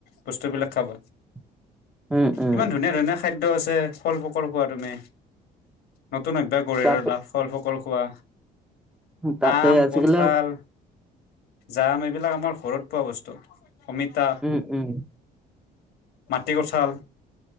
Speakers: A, on the left; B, in the centre.
A: বস্তুবিলাক খাবা।
B: <inaudible> উম
A: ইমান ধুনীয়া ধুনীয়া খাদ্য আছে, ফলবোকৰ খোৱা তুমি। নতুন একবাৰ গঢ়ি
B: তাকে
A: ললা, ফলবোকৰ খোৱা
B: তাকে
A: আম,
B: আজিকালি
A: কঠাল। জাম এইবিলাক আমাৰ ঘৰত পোৱা বস্তু। অমিতা
B: উম উম
A: মাটি কঠাল,